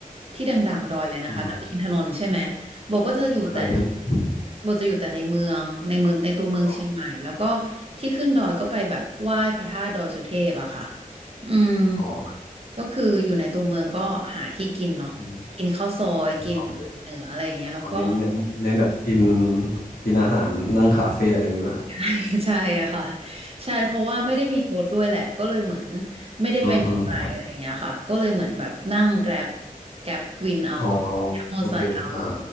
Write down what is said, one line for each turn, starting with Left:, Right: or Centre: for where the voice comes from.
Right: ที่ดังๆดอยเลยนะคะดอยอินทนนท์ใช่ไหม
Left: อืม
Right: โบก็จะอยู่แต่
Left: แล้วอินเทอร์เน็ต
Right: โบจะอยู่แต่ในเมืองในเมืองในตัวเมืองเชียงใหม่แล้วก็
Left: อ๋อ
Right: ที่ขึ้นดอยก็ไปแบบไหว้พระธาตุดอยสุเทพอะค่ะอืม
Left: อ๋อครับ
Right: ก็คืออยู่ในตัวเมืองก็หาที่กินเนาะกินข้าวซอยกินอาหารเหนืออะไรอย่างเงี้ยแล้วก็
Left: อืมโอเค อ๋อเน้นเน้นเน้นแบบกินกินอาหารนั่งคาเฟ่อะไรอย่างงี้ป่ะฮะ
Right: <laughs> ใช่อะค่ะใช่เพราะว่าไม่ได้มีรถด้วยแหละก็เลยเหมือนไม่ได้เป็นอะไรอะไรอย่างเงี้ยค่ะก็เลยเหมือนแบบนั่งแกร็บ
Left: อืมอืมครับ
Right: แกร็บวินเอา
Left: อ๋อ
Right: แกร็บมอเตอร์ไซค์เอา
Left: โอเคอ่า